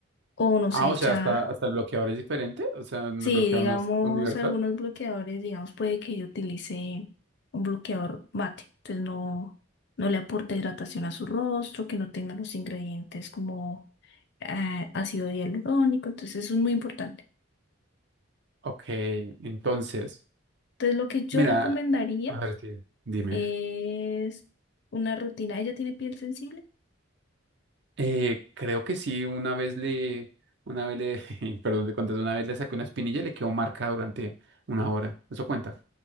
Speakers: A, on the left; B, on the right.
A: o no
B: Ah,
A: se
B: o
A: echa.
B: sea, hasta, hasta el bloqueador es diferente, o sea, el
A: Sí,
B: bloqueador
A: digamos,
B: no es universal.
A: algunos bloqueadores, digamos, puede que yo utilice un bloqueador mate, entonces no, no le aporta hidratación a su rostro, que no tenga los ingredientes como eh, ácido hialurónico, entonces eso es muy importante.
B: Ok, entonces,
A: Entonces, lo que yo
B: mira,
A: recomendaría
B: a ver, sí, dime.
A: Es una rutina. ¿Ella tiene piel sensible?
B: Eh, creo que sí, una vez le, una vez le, <laughs> perdón, te conté, una vez le saqué una espinilla y le quedó marca durante una hora. ¿Eso cuenta?